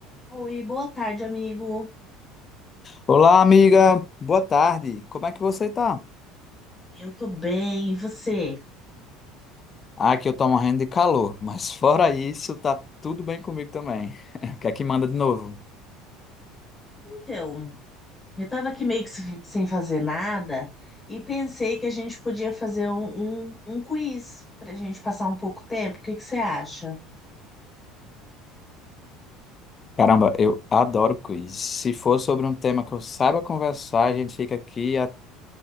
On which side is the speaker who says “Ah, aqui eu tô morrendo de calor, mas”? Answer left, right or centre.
Left